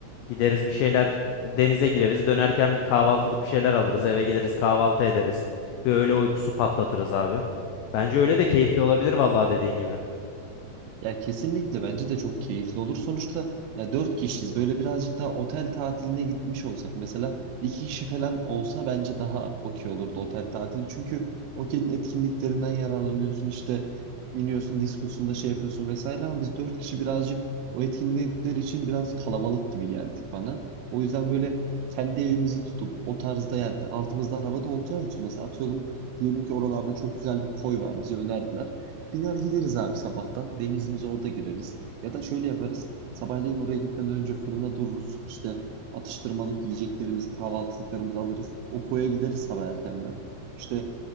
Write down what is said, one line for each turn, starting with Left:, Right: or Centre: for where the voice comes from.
Left: Gideriz bir şeyler denize gireriz. Dönerken bir kahvaltılık bir şeyler alırız. Eve geliriz kahvaltı ederiz. Bir öğle uykusu patlatırız abi. Bence öyle de keyifli olabilir vallahi dediğin gibi.
Right: Ya kesinlikle bence de çok keyifli olur. Sonuçta ya dört kişiyiz. Böyle birazcık daha otel tatiline gitmiş olsak mesela iki kişi falan olsa bence daha okey olurdu otel tatili. Çünkü otelin etkinliklerinden yararlanıyorsun işte iniyorsun diskosunda şey yapıyorsun vesaire ama biz dört kişi birazcık o etkinlikler için biraz kalabalık gibi geldik bana. O yüzden böyle kendi evimizi tutup o tarzda yerde altımızda araba da olacağı için mesela atıyorum diyelim ki oralarda çok güzel bir koy var bize önerdiler. Biner gideriz abi sabahtan. Denizimize orada gireriz. Ya da şöyle yaparız. Sabahleyin oraya gitmeden önce fırında dururuz. İşte atıştırmalık yiyeceklerimizi, kahvaltılıklarımızı alırız. O koya gideriz sabah erkenden. İşte